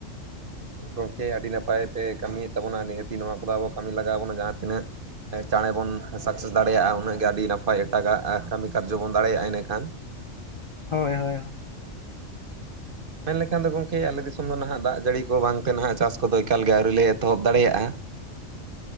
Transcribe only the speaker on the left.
ᱦᱳᱭ ᱦᱳᱭ ᱦᱳᱭ᱾